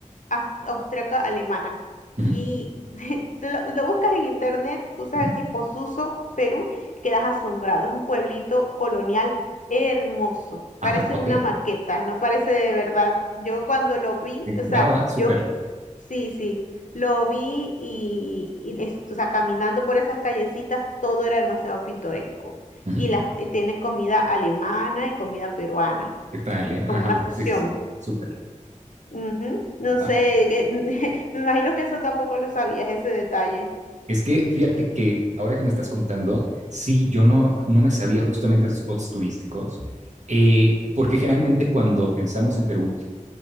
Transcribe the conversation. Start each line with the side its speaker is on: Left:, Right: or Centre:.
Left: aus- austriaca alemana.
Right: ujú,
Left: Y <laughs> te lo, lo buscas en internet, usas
Right: ujú,
Left: así Pozuzo, Perú, quedas asombrado. Es un pueblito colonial hermoso.
Right: ajá,
Left: Parece
Right: ok,
Left: una maqueta, no parece de verdad. Yo cuando lo vi,
Right: sí,
Left: o sea,
Right: va, va, súper,
Left: yo f- sí, sí, lo vi y, y es- o sea, caminando por esas callecitas, todo era demasiado pintoresco.
Right: ujú,
Left: Y, las, y tienes comida alemana y comida peruana
Right: ¿qué tal, eh?
Left: como
Right: Ajá,
Left: una fusión.
Right: sí, sí, sí, súper,
Left: Ujú. No
Right: va,
Left: sé, que, <laughs> me imagino que eso tampoco lo sabías, ese detalle.
Right: Es que fíjate que ahora que me estás contando, sí, yo no, no me sabía justamente esos spots turísticos, eh, porque generalmente cuando pensamos en Perú,